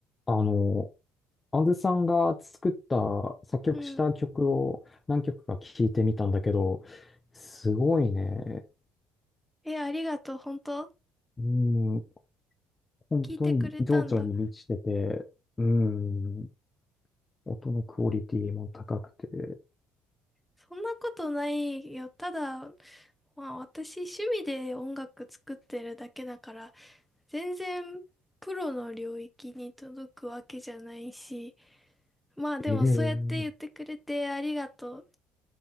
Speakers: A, on the left; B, in the centre.
A: あの、あずさんが作った、作曲した曲を何曲か聴いてみたんだけど、
B: うん。
A: すごいね。
B: え、ありがとう。本当
A: うん、本当に情緒に満ちてて、
B: 聞いてくれたんだ。
A: うん、音のクオリティも高くて、
B: そんなことないよ。ただ、まあ私趣味で音楽作ってるだけだから、全然プロの領域に届くわけじゃないし、まあでもそうやって言ってくれてありがとう。
A: ええ